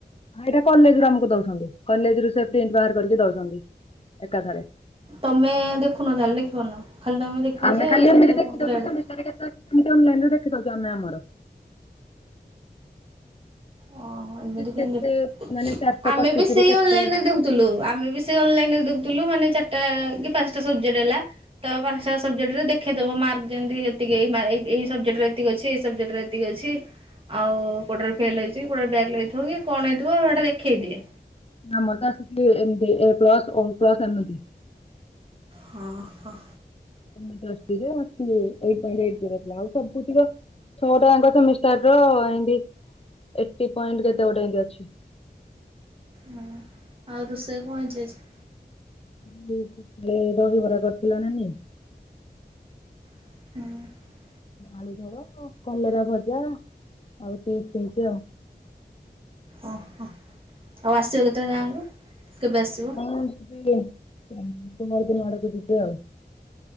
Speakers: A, on the left; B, on the right.
A: ଏଇଟା କଲେଜ ରୁ ଆମକୁ ଦଉଛନ୍ତି କଲେଜ ରୁ ସେ ପ୍ରିଣ୍ଟ ବାହାର କରିକି ଦଉଛନ୍ତି ଏକାଥରେ।
B: ତମେ ଦେଖୁନ ତାହେଲେ ଦେଖିପାରୁନ ଖାଲି ତମେ ଦେଖିବ
A: ଆମେ
B: ଯେ
A: ଖାଲି ଏମିତି
B: କେତେ
A: ଦେଖି
B: ବ ଗ୍ରେଡ଼।
A: <unintelligible> ଏମିତି ଅନଲାଇନି ରେ ଦେଖିଦୋଉଚୂ ଆମେ ଆମର।
B: ଓହ ଏମିତି କେମତି
A: କେତେ ମାନେ ଚାରିଶହ
B: ଆମେ
A: ପଚିଶ
B: ବି ସେଇ
A: ରୁ କେତେ
B: ଅନଲାଇନରେ ଦେଖୁ ଥୁଲୁ ଆମେ ବି ସେଇ ଅନଲାଇନି ରେ ଦେଖୁଥିଲୁ ମାନେ ଚାରିଟା କି ପାଞ୍ଚଟା ସବଜେକ୍ଟ ହେଲା। ତ ପାଂସାଟା ସବଜେକ୍ଟରେ ଦେଖେଦଉ ମାର୍କ ଯେମିତି ଏତିକି ଏଇ ମା ଏଇ ଏଇ ସବଜେକ୍ଟ ରେ ଏତିକ ଅଛି ଏଇ ସବଜେକ୍ଟରେ ଏ ଏତିକି ଅଛି ଆଉ କୋଟାରେ ଫେଲ ହେଇଛି କୋଉଟାରେ ବ୍ୟାଗ୍ ଲାଗେଥିବ କି କଣ ହେଇଥିବ ଏଇଟା ଦେଖେଇ ଦିଏ।
A: ଆମର ତ ଆସୁଛି ଏମ ଏ ପ୍ଲସ ଓ ମ୍ ପ୍ଲସ ଏମତି
B: ହଁ ହ।
A: <unintelligible> ଛଅଟାଙ୍କ ସେମିଷ୍ଟାର ର ଏମତି ଏଇଟି ପଏଣ୍ଟ କେତେ ଗୋଟେ ଏମତି ଅଛି।
B: ହଁ ଆଉ ରୋଷେଇ କଣ ହେଇଛି ଆଜି।
A: କି କି ଏ ଦହିିବରା କରିଥିଲା ନାନି।
B: <inaudible>
A: ଆଳୁ ଝୋଳ କଲରା ଭଜା ଆଉ ସେ ସେସ୍ ଆଉ।
B: ଓହୋ ଆଉ ଆସିବ କେତେବେଳେ ଗାଁ କୁ କେବେ ଆସିବ?
A: ହଁ ଯିବି କୁମାର ପୁର୍ଣିମା ଆଡ଼କୁ ଯିବି ଆଉ।